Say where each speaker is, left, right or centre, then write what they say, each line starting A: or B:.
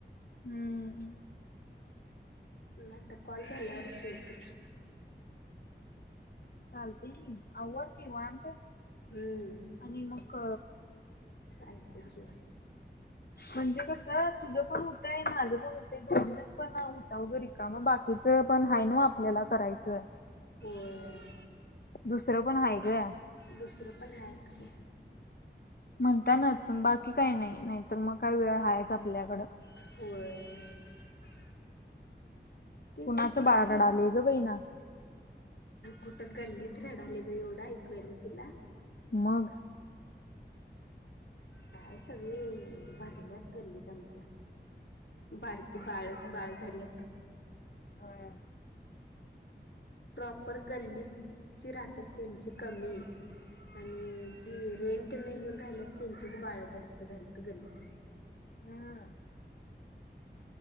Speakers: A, on the left (about 60°); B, on the left (about 75°).
A: हम्म
B: मता कॉल झालंवर जवतकी
A: चालते की आवड किवत
B: हम्म
A: आणि मग
B: शांते आहे
A: म्हणजे कसं तुझं पण होतय माझं पण होतंय डजण पण होता वगैरे का मग बाकीच पण आहे ना आपल्याला करायचं
B: होय
A: दुसरं पण हाय ग
B: दुसरं पण हायच. की.
A: म्हणतानाच बाकी काही नाही नाही तर मग काय वेळ हायच. आपल्याकडं
B: होय. <inaudible> तेच
A: कुणाचं
B: की तुला
A: बाळ रडालय ग बहिना
B: कुठ गल्लीत रडालेय बाई एवढं ऐकू यायलय तुला?
A: मग.
B: काय सगळी भरल्यात गल्लीत आमच्या बारकी बाळच बाळ झाल्यात.
A: होय.
B: प्रॉपर गल्लीत जी राहतात त्यांची कमी आणि जी रेंट न येऊन राहिल्यात त्यांचीच बाळ जास्त झाल्यात गल्लीत.
A: हम्म.